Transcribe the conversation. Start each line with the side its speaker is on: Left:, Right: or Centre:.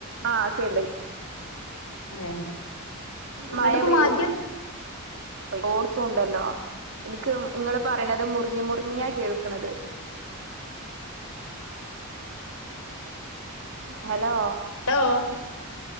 Right: ആ ക്കെണ്ട്
Left: ഏ ങ്ങട്ടിപ്പ
Right: മഴ പെയ്ത്
Left: മാറ്റി
Right: ഓർത്തുണ്ടല്ലോ ഇൻക്ക് ഇങ്ങള് പറിണത് മുറിഞ്ഞ് മുറിഞ്ഞാ കേൾക്ക്ണത് ഹലോ
Left: ഹലോ